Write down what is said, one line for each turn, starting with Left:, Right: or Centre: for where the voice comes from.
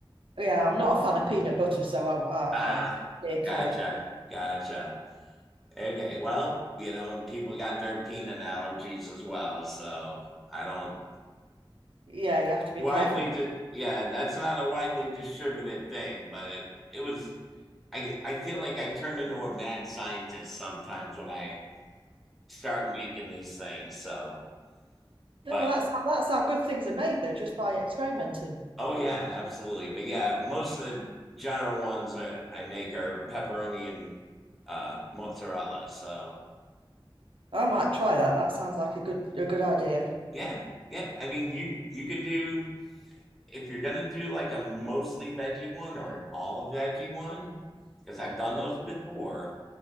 Right: Yeah, I'm not a fan of peanut butter, so I I
Centre: ah,
Right: I steer clear.
Centre: gotcha, gotcha. Okay, well, you know, and people got their peanut allergies as well, so I don't
Right: yeah, you have to be
Centre: widely
Right: careful.
Centre: di- yeah, that's not a widely distributed thing, but it it was I I feel like I turn into a mad scientist sometimes when I start making these things. So,
Right: No,
Centre: but
Right: well, that's that's how good things are made though, just by experimenting.
Centre: oh yeah, absolutely. But yeah, most of the general ones that I make are pepperoni and uh mozzarella. So,
Right: I might try that. That sounds like a good a good idea.
Centre: yeah. Yeah, I mean you you could do if you're gonna do like a mostly veggie one or an all veggie one, because I've done those before,